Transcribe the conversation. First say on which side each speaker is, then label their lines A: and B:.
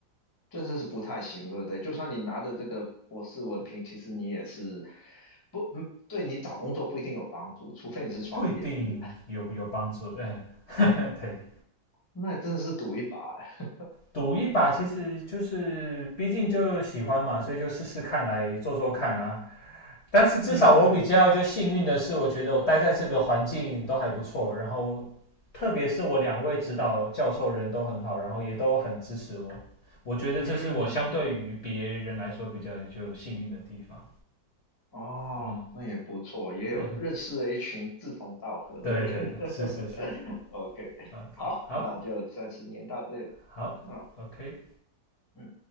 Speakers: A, on the left; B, on the left.
A: 真的是不太行，对不对？就算你拿着这个博士文凭，其实你也是不，嗯对你找工作不一定有帮助，除非你是创业，
B: 不一定有有帮助。
A: 是不是？
B: 哎，<laughs> 呵呵对，
A: <laughs> 那真的是赌一把啊。
B: 赌一把其实就是，毕竟就喜欢嘛，所以就试试看来做做看啦、但是至少我比较就幸运的是，
A: 嗯嗯
B: 我觉得我待在这个环境都还不错，然后特别是我两位指导教授人都很好，然后也都很支持我。我觉得这是我相对于别人来说比较就幸运的地方。
A: 嗯，哦，
B: 嗯
A: 那也不错，也有认识了一群志同道合的人。
B: 嗯对对对，是是是
A: <laughs> OK，
B: ，OK，
A: 好，
B: 好
A: 那就暂时念到这里。
B: 好，OK，
A: 嗯。嗯。